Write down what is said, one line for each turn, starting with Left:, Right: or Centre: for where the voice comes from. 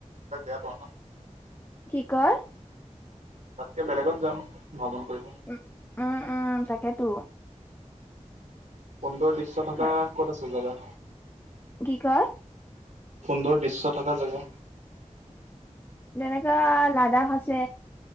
Right: তাকে আক ন
Left: কি কয়
Right: তাতকে বেলেগত যাম ভ্ৰমণ কৰিব
Left: উ উম উম তাকেতো।
Right: সৌন্দৰ দৃশ্য থকা
Left: আৰ-
Right: ক'ত আছে জেগা
Left: কি কয়?
Right: সুন্দৰ দৃশ্য থাকা জেগা।
Left: তেনেকা লাডাখ আছে